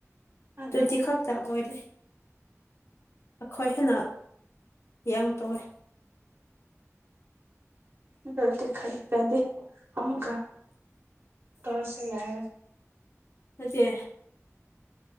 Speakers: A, on the right; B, on the left.
A: ꯑꯗꯨ
B: ꯇꯨ꯭ꯋꯦꯟꯇꯤ ꯈꯛ ꯍꯥꯛꯛꯇꯥꯛ ꯑꯣꯏꯔꯦ ꯑꯩꯈꯣꯏ ꯍꯦꯟꯅ ꯌꯥꯡ ꯇꯧꯋꯦ <unintelligible>
A: ꯑꯗꯨꯗꯤ ꯈꯩ ꯇꯧꯗꯦ ꯑꯃꯨꯛꯀ ꯇꯧꯔꯁꯨ ꯌꯥꯏꯌꯦ
B: ꯍꯥꯏꯗꯤ